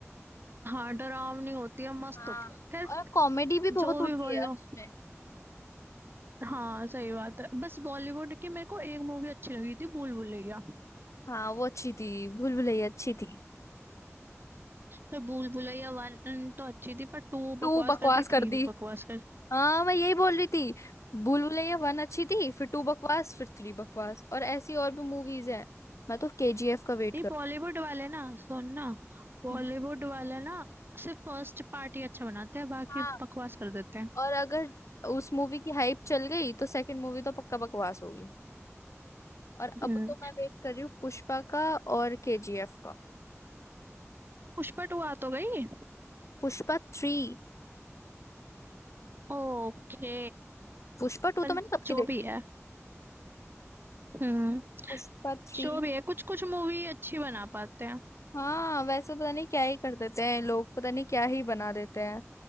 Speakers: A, on the right; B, on the left.
A: हाँ डरावनी होती है मस्त
B: हाँ
A: होती है खैर
B: और कॉमेडी भी
A: जो
B: बहुत होती
A: भी बोल
B: है यार
A: लो
B: उसमें
A: हाँ सही बात है बस बॉलीवुड की मेरे को एक मूवी अच्छी लगी थी भूल भुलैया
B: हाँ वो अच्छी थी भूल भुलैया अच्छी थी
A: पर भूल भुलैया वन तो अच्छी थी पर टू
B: टू
A: बकवास
B: बकवास
A: कर दी
B: कर
A: थ्री
B: दी
A: भी बकवास कर
B: हाँ मैं यही बोल रही थी भूल भुलैया वन अच्छी थी फिर टू बकवास फिर थ्री बकवास और ऐसी और भी मूवीज हैं मैं तो केजीएफ का वेट
A: ये
B: कर
A: बॉलीवुड वाले ना सुनना बॉलीवुड
B: हम्म।
A: वाले ना सिर्फ फर्स्ट पार्ट ही अच्छा बनाते हैं बाकी
B: हाँ
A: बकवास कर देते हैं
B: और अगर उस मूवी की हाइप चल गई तो सेकंड मूवी तो पक्का बकवास होगी और
A: हम्म
B: अब तो मैं वेट कर रही हूँ पुष्पा का और केजीएफ का
A: पुष्पा टू आ तो गई
B: पुष्पा थ्री
A: ओके
B: पुष्पा टू
A: पर
B: तो मैंने कब
A: जो
B: की देखी
A: भी है हम्म
B: पुष्पा थ्री
A: जो भी है कुछ कुछ मूवी अच्छी बना पाते हैं
B: हाँ वैसे पता नहीं क्या ही कर देते हैं लोग पता नहीं क्या ही बना देते हैं